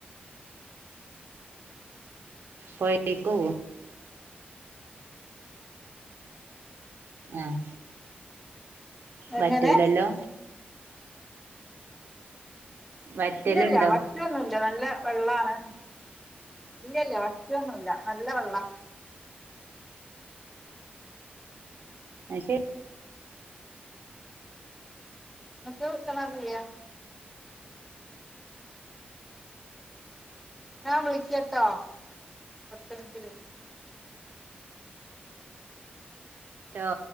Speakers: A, on the right; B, in the centre.
A: പൊഴേക്ക് പോവോ ആഹ്
B: എങ്ങനെ
A: വറ്റൂലല്ലോ വറ്റലുണ്ടോ
B: ഇല്ലല്ല വ റ്റൊന്നുല്ല നല്ല വെള്ളാണ് ഇല്ലല്ല വറ്റൊന്നുല്ല നല്ല വെള്ളാ
A: അയ്ശെ
B: ഇങ്ങക്ക് കെണറില്ലേ ഞാൻ വിളിക്കട്ടോ പത്ത് മിൻറ്റ് കഴിഞ്ഞ്
A: ലോ